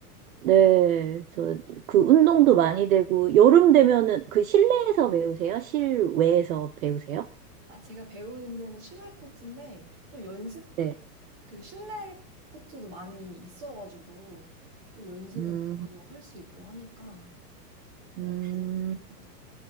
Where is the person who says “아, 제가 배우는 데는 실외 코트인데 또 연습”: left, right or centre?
Right